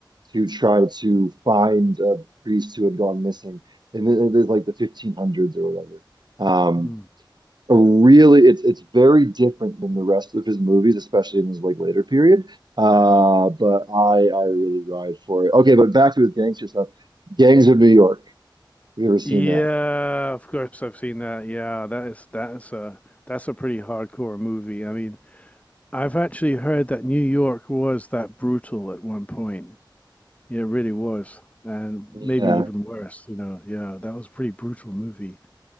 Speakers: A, on the right; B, on the left.
A: to try to find a priest who had gone missing. And it is like the 1500s or whatever. Um,
B: Hmm.
A: a really, it's it's very different than the rest of his movies, especially in his like later period. Uh, but I I really ride for it. Okay, but back to his gangster stuff. Gangs of New York. Have you ever seen
B: Yeah,
A: that?
B: of course I've seen that. Yeah, that is that's a that's a pretty hardcore movie. I mean, I've actually heard that New York was that brutal at one point. Yeah, It really was, and
A: Yeah.
B: maybe even worse. You know, yeah, that was a pretty brutal movie.